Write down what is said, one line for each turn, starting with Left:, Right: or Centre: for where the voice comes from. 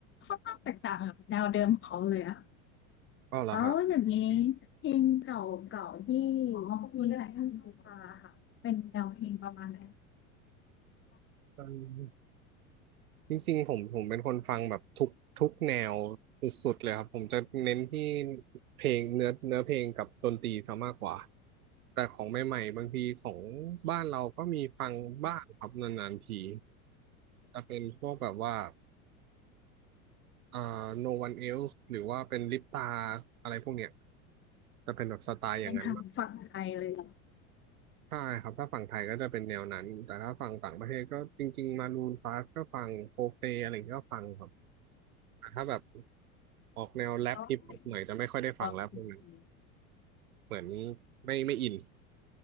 Left: ค่อนข้างแตกต่างกับแนวเดิมของเขาเลยอะ
Right: อ๋อเหรอฮะ
Left: แล้วอย่างนี้เพลงเก่าๆที่มีหลายชาติมาค่ะเป็นแนวเพลงประมาณไหน
Right: อืมจริงๆผมผมเป็นคนฟังแบบทุกทุกแนวสุดๆเลยครับ ผมจะเน้นที่เพลงเนื้อเนื้อเพลงกับดนตรีซะมากกว่า แต่ของใหม่ๆบางทีของบ้านเราก็มีฟังบ้างครับนานๆที จะเป็นพวกแบบว่าอ่า No One Else หรือว่าเป็นลิปตาอะไรพวกเนี้ยจะเป็นแบบสไตล์อย่างนั้น
Left: จะเป็นทางฝั่งไทยเลย
Right: ใช่ครับถ้าฝั่งไทยก็จะเป็นแนวนั้นแต่ถ้าฝั่งต่างประเทศก็จริงๆมารูนฟาสก็ฟังโฟเฟอะไรอย่างเงี้ยก็ฟังครับแต่ถ้าแบบออกแนวแรปฮิปฮอปหน่อยจะไม่ค่อยได้ฟังแล้วพวกนั้น
Left: ก็เก็ซีซี
Right: เหมือนไม่ไม่อิน